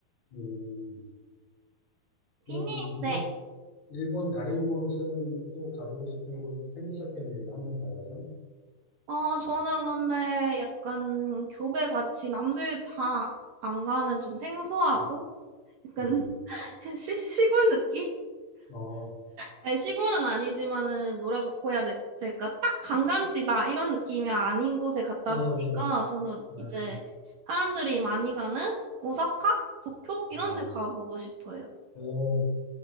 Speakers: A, on the left (about 55°); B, on the right (about 75°).
A: 음,
B: 비님,
A: 뭐, 일본,
B: 네.
A: 일본 다른 곳은 또 가보고 싶은 곳 생기셨겠네요. 이거 한번 가봐서.
B: 어, 저는 근데 약간 교배 같이 남들 다 안 가는 좀 생소하고
A: 음,
B: 약간
A: 음.
B: <laughs> 시, 시골 느낌?
A: 어,
B: 아니, 시골은 아니지만은 뭐라고 해야 될, 까딱 관광지다 이런 느낌이 아닌 곳에 갔다
A: 예, 예.
B: 보니까 저는
A: 아,
B: 이제 사람들이 많이 가는 오사카? 도쿄? 이런
A: 어,
B: 데 가보고 싶어요.
A: 어,